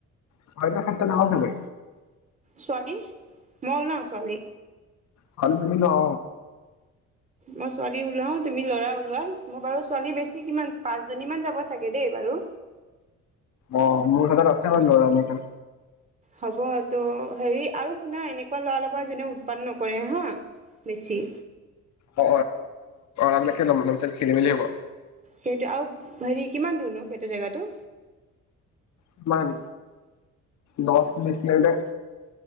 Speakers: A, on the left; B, on the right.
A: ছয়টা খাতটা যাব খালি
B: ছোৱালী, মই ওলাওঁ ছোৱালী
A: ভাল মিনিল অ
B: মই ছোৱালী ওলাও, তুমি ল'ৰা ওলোৱা। মই বাৰু ছোৱালী বেছি কিমান পাঁচ জনীমান যাব চাগে দেই বাৰু।
A: অ মোৰ হাতত আছে মানে লৰা এনেকা
B: হ'ব তো হেৰি আৰু শুনা এনে। ল'ৰা লবা যোনে উৎপাত কৰে হা বেছি,
A: অ অপিছত খেলি মেলি হব <unintelligible>
B: সেইটো আৰু হেৰি কিমান দূৰনো সেইটো জেগাটো?
A: কিমান? দছ বিছ কিলোমিটাৰ।